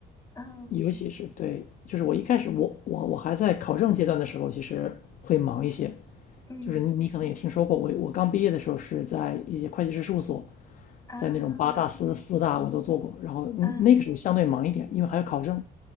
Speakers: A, on the left; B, on the left.
A: 嗯嗯
B: 尤其是对，就是我一开始我我我还在考证阶段的时候，其实会忙一些。
A: 嗯
B: 就是你你可能也听说过，我我刚毕业的时候是在一些会计师事务所，
A: 啊
B: 在那种八大四四大我都做过，然后嗯那个时候相对忙一点，
A: 嗯
B: 因为还要考证。